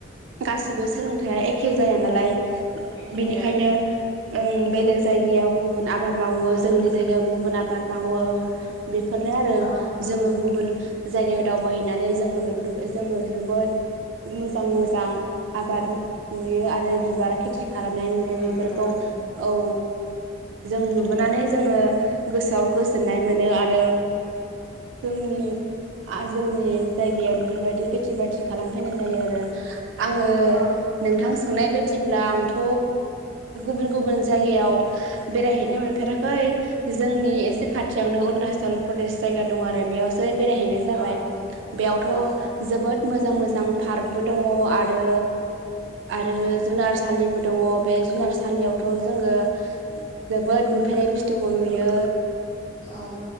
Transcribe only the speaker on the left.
एखे
जाया
औ
मोजां
मोजां
औ
औ
औ
औ